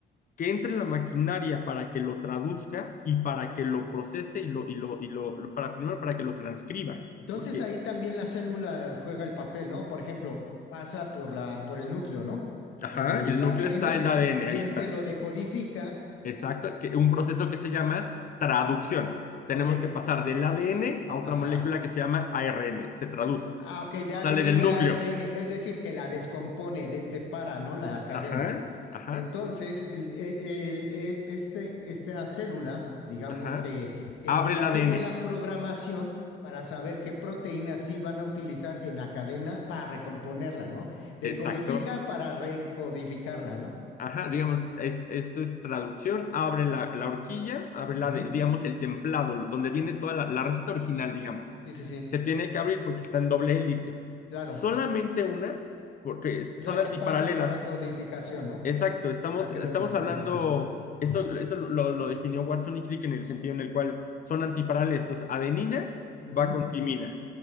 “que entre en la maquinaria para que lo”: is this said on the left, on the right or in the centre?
Left